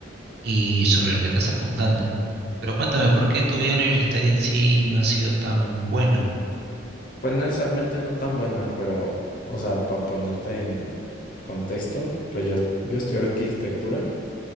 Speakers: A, on the right; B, on the left.
A: y sobre lo que estás apuntando. Pero cuéntame, ¿por qué tu vida universitaria en sí no ha sido tan buena?
B: Pues necesariamente no tan buena, pero, o sea, para ponerte en contexto, pues yo, yo estudié arquitectura,